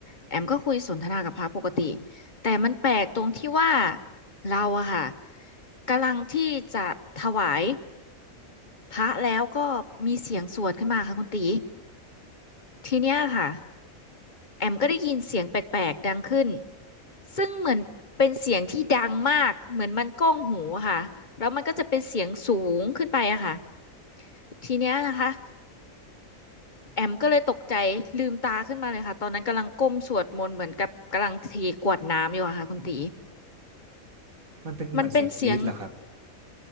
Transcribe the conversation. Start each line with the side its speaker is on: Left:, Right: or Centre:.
Left: แอมก็คุยสนทนากับพระปกติแต่มันแปลกตรงที่ว่าเราอะค่ะกำลังที่จะถวายพระแล้วก็มีเสียงสวดขึ้นมาค่ะคุณตีทีเนี้ยค่ะแอมก็ได้ยินเสียงแปลกๆดังขึ้นซึ่งเหมือนเป็นเสียงที่ดังมากเหมือนมันก้องหูอะค่ะแล้วมันก็จะเป็นเสียงสูงขึ้นไปอะค่ะทีเนี้ยนะคะ แอมก็เลยตกใจลืมตาขึ้นมาเลยค่ะตอนนั้นกำลังก้มสวดมนต์เหมือนกับกำลังเทกวดน้ำอยู่อะค่ะคุณตี
Right: มันเป็นเหมือนเสียงกรี๊ดเหรอครับ
Left: มันเป็นเสียง